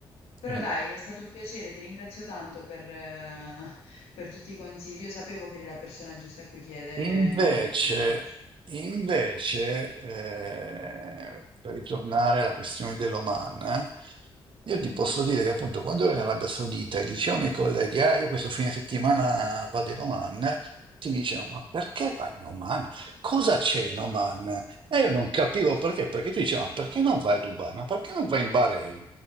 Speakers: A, on the left; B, on the right.
A: Però
B: Eh.
A: dai, è stato un piacere, ti ringrazio tanto per, eh, per tutti i consigli. Io sapevo che eri la persona giusta a cui chiedere
B: Invece,
A: in merito a questo.
B: invece eh, per ritornare alla questione dell'Oman, eh, io
A: Mhm.
B: ti posso dire che appunto quando ero in Arabia Saudita e dicevo ai miei colleghi, ah, io questo fine settimana vado in Oman, tutti mi dicevano, ma perché vai in Oman? Cosa c'è
A: <laughs>
B: in Oman? E io non capivo perché, perché tu dicevi, ma perché non vai a Dubai? Ma perché non vai in Bahrain?